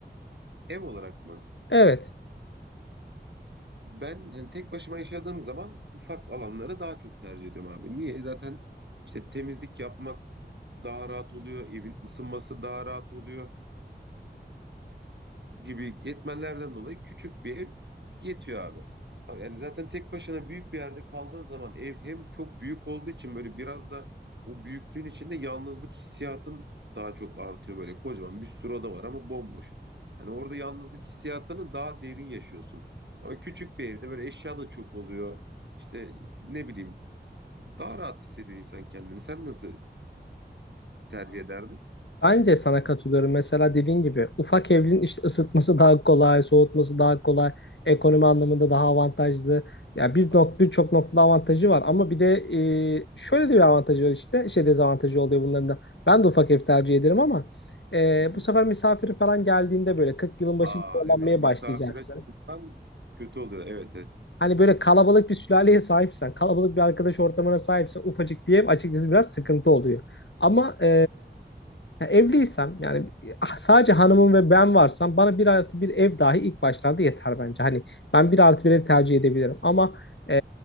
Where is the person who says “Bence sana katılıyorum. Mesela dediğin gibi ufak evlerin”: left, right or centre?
Left